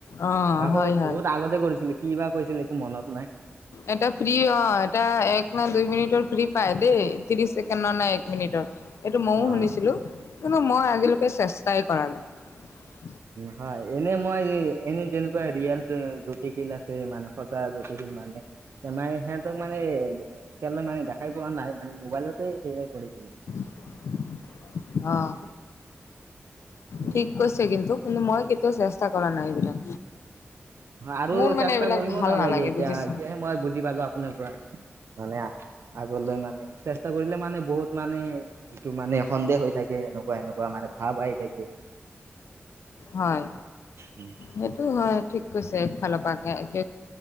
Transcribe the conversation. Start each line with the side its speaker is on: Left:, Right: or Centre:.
Left: অ'
Right: তাকো
Left: হয় হয়
Right: বহুত আগতেই কৰিছিলো। কি বা কৈছিলে একো মনতেই নাই।
Left: এটা ফ্ৰী অ' এটা এক নে দুই মিনিটৰ ফ্ৰী পাই দেই ত্ৰিশ ছেকেণ্ডৰ নে এক মিনিটৰ এইটো ময়ো
Right: অ
Left: শুনিছিলো। কিন্তু মই আজিলৈকে চেষ্টাই কৰা নাই।
Right: হয়, এনে মই এনে যেনেকুৱা ৰিয়েল জোতিয়ী কথা মানে সঁচা জ্যোতিয়ী মানে এ সিহঁতক মানে এ কে মানে দেখাই পোৱা নাই। মোবাইলতে সেয়াই কৰিছিলো।
Left: <unintelligible> অ'
Right: উম,
Left: ঠিক কৈছে কিন্তু। কিন্তু মই কেতিয়াও চেষ্টা কৰা নাই এইবিলাক।
Right: আৰু
Left: মোৰ মানে
Right: চেষ্টা
Left: এইবিলাক
Right: কৰিবও
Left: ভাল
Right: নালাগে এতিয়া,
Left: বুজিছে
Right: এতিয়াহে মই বুজি পালো আপোনাৰ পৰা। মানে আগলৈ মানে চেষ্টা কৰিলে মানে বহুত মানে এইটো মানে সন্দেহ হৈ থাকে এনেকুৱা এনেকুৱা। কোৱা মানে ভাব আহি থাকে।
Left: হয়,
Right: উম,
Left: সেইটো হয়, ঠিক কৈছে একফালৰ পৰা এক